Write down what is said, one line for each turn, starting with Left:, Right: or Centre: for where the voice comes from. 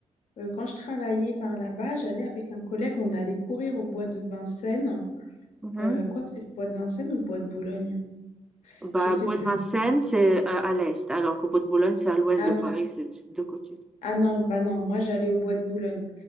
Left: Euh, quand je travaillais par là-bas, j'allais avec un collègue, on allait courir au bois de Vincennes.
Centre: Mhm.
Left: Euh, quoi que c'est le bois de Vincennes ou le bois de Boulogne?
Centre: Bah,
Left: Je sais
Centre: Bois
Left: plus.
Centre: de Vincennes, c'est euh, à l'est, alors que Bois de Boulogne, c'est à l'ouest
Left: Ah
Centre: de
Left: oui.
Centre: Paris, c'est c'est de deux côtés.
Left: Ah non, bah non, moi j'allais au bois de Boulogne.